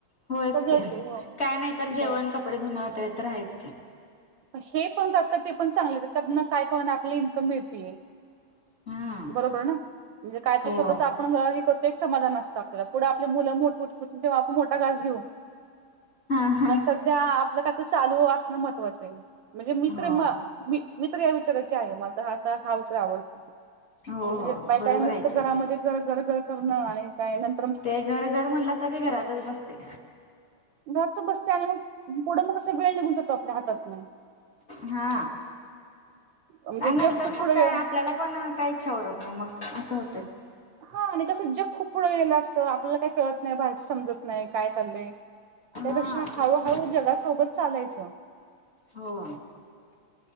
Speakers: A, on the left; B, on the right.
A: होयच
B: सगळंच
A: की
B: आहे हो.
A: काय नाही तर जेवण
B: बर
A: कपडे धुन ते तर आहेच की.
B: हे पण जात ते पण चांगले त्या न काय कोणा आपला इन्कम मिळती आहं,
A: हा
B: बरोबर ना म्हणजे काय
A: हो
B: स्वताचं आपण हे करतो एक समाधान असत पुढं आपली मुलं मोठठी तेव्हा आपण मोठा घास घेऊ
A: हा हा
B: पण सध्या मग काय तर चालू असणं महत्त्वाचं आहे म्हणजे मी
A: हो
B: तरी म मी मी तर ह्या विचाराचे आहे मला तर हा हा विचार आवडतो,
A: हो
B: म्हणजे
A: हो
B: बायका
A: बरोबर
B: या नुसतं
A: आहे
B: घरामध्ये
A: की
B: घरघर करणं आणि काय न
A: ते घर घर म्हणल्यासा की घरातच बसतंय,
B: घरातचं बसतंय आणि मग पुढं मग कस वेळ निघून जातो आपल्या हातातन
A: हा
B: म्हणजे
A: आणि नंतर
B: जग खूप पुढे
A: मग का आपल्याला पण काहीच इछाउरत ना नाही मग असं होतंय,
B: हा आणि तंस जग खूप पुढं गेलं असतं आपल्याला काय कळत नाही बाहेरचं समजत नाही काय चाललंय,
A: हा
B: त्यापेक्षा
A: तेच
B: हळूहळू
A: ना
B: जगात सोबत चालायचं,
A: हो